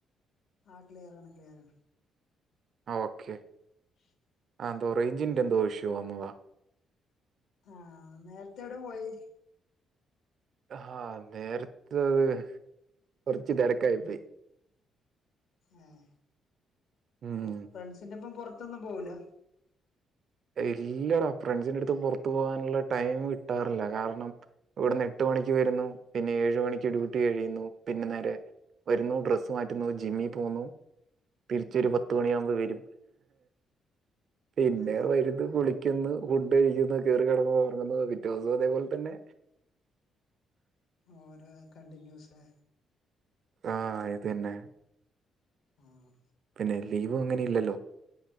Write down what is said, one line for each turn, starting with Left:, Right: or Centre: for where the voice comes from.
Left: ആഹ് ക്ലിയർ ആണ് ക്ലിയറാണ്
Right: ആഹ് ഓക്കെ
Left: <inaudible>
Right: ആഹ് ന്തോ റേഞ്ചിന്റെന്തോ ഇഷ്യു വന്നതാ
Left: ആഹ് നേരത്തെ എവിടെ പോയി
Right: ആഹ് നേരത്തത് കൊറച്ച് തെരക്കായി പോയി
Left: ആഹ്
Right: ഉം
Left: ഫ്രണ്ട്സിന്റൊപ്പം പൊറത്തൊന്നും പോവില്ല
Right: ഇല്ലടോ ഫ്രണ്ട്സിന്റെടുത്തും പൊറത്തും പോകാനുള്ള ടൈമ് കിട്ടാറില്ല കാരണം ഇവിടുന്ന് എട്ട് മണിക്ക് വെരുന്നു പിന്നെ ഏഴ് മണിക്ക് ഡ്യൂട്ടി കഴിയുന്നു പിന്നെ നേരെ വരുന്നു ഡ്രസ്സ് മാറ്റുന്നു ജിമ്മിൽ പോകുന്നു തിരിച്ചൊരു പത്തുമണിയാവുമ്പോ വരും പിന്നെ
Left: ഏ
Right: വ രുന്ന് കുളിക്കുന്നു ഫുഡ് കഴിക്കുന്നു കേറി കെടന്നുറങ്ങുന്നു പിറ്റോസം അതേപോലെ തന്നെ
Left: ഓരോ കണ്ടിന്യൂസെ
Right: ആഹ് ഇത് തന്നെ
Left: ആഹ്
Right: പിന്നെ ലീവും അങ്ങനെ ഇല്ലല്ലോ